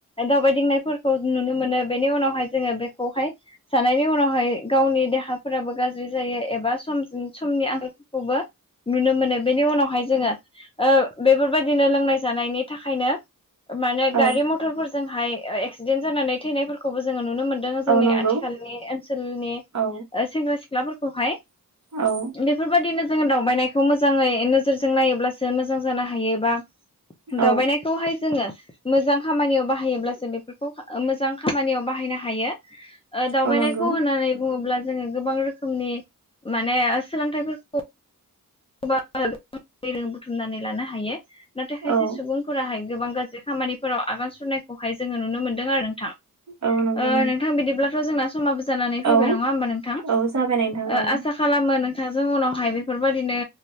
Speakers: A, on the left (about 15°); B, on the right (about 50°).
A: दावबायदिंनायफोरखौ नुनो मोनो बेनि उनावहाय जोङो बेखौहाय जानायनि उनावहाय गावनि देहाफोराबो गाज्रि जायो एबा सम समनि आंखालफोरखौबो नुनो मोनो बेनि उनावहाय जोङो ओ बेफोरबायदिनो लोंनाय जानायनि थाखायनो माने
B: औ
A: गारि मथरफोरजोंहाय ओ एक्सिडेन्ट जानानै थैनायफोरखौबो जोङो नुनो मोनदों।
B: औ
A: जोंनि
B: नंगौ
A: आथिखालनि ओनसोलनि ओ
B: औ
A: सेंग्रा सिख्लाफोरखौहाय
B: औ।
A: बेफोरबायदिनो जोङो दावबायनायखौ मोजाङै नोजोरजों नायोब्लासो मोजां जानो हायोबा
B: औ
A: दावबायनायखौहाय जोङो मोजां खामानियाव बाहायोब्लासो बेफोरखौ मोजां खामानियाव बाहायनो हायो। ओ दावबायनायखौ
B: औ नंगौ
A: होननानै बुङोब्ला जोङो गोबां रोखोमनि माने सोलोंथाइफोरखौ बुथुमनानै लानो हायो। नाथाय खायसे
B: औ
A: सुबुंफोराहाय गोबां गाज्रि खामानिफोराव आगान सुरनायखौहाय जोङो नुनो मोनदों आरो नोंथां।
B: औ नंगौ
A: ओ नोंथां बिदिब्लाथ' जोंना समाबो जानानै फैबाय
B: औ
A: नङा होमबा नोंथां ओ
B: औ जाबाय नोंथां औ
A: आसा खालामो नोंथांजों उनावहाय बेफोरबायदिनो